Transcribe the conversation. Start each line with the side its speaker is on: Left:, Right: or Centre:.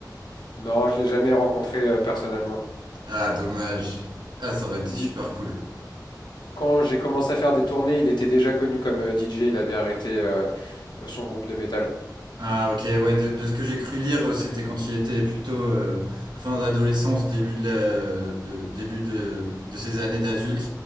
Left: Non, je l'ai jamais rencontré euh, personnellement.
Right: Ah, dommage. Ah, ça aurait été
Left: Il-
Right: super cool.
Left: quand j'ai commencé à faire des tournées, il était déjà connu comme euh, DJ. Il avait arrêté euh, son groupe de métal.
Right: Ah, ok, ouais, de, de ce que j'ai cru lire, c'était quand il était plutôt euh, fin d'adolescence, début de, la- de- début de, de ses années d'adulte.